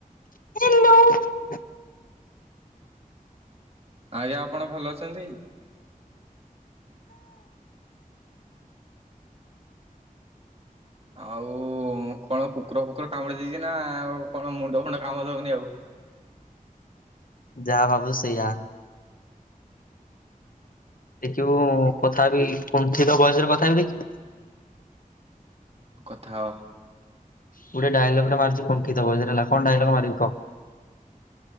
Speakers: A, on the left (about 70°); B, on the right (about 45°).
A: ଦେଲୁ
B: ଆଜ୍ଞା ଆପଣ ଭଲ ଅଛନ୍ତି? ଆଉ କଣ କୁକୁର ଫୁକୁର କାମୁଡି ଦେଇଛି ନା ଆ ଆଉ କଣ ମୁଣ୍ଡ ଫୁଣ୍ଡ କାମ ଦଉନି ଆଉ।
A: ଯା ଭାବୁଚୁ ସେୟା। ଦେଖିବୁ କଥା ହେବି କୁଣ୍ଠିତ ଭଏସରେ କଥା ହେବି ଦେଖିବୁ।
B: କଥା ହଅ।
A: ଗୋଟେ ଡାଏଲଗଟେ ମାରୁଛି କୁଣ୍ଠିତ ଭଏସ୍ ରେ ହେଲା କଣ ଡାଏଲଗ ମାରିବି କହ।